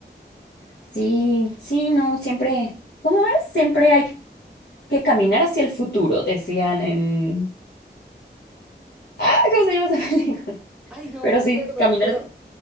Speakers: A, on the left; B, in the centre.
A: Sí, sí, no, siempre, ¿cómo es? Siempre hay que caminar hacia el futuro, decían en... Ah, ¿cómo se llama esa <laughs> película?
B: Ay, no
A: Pero
B: me acuerdo,
A: sí, caminar.
B: pero
A: sí.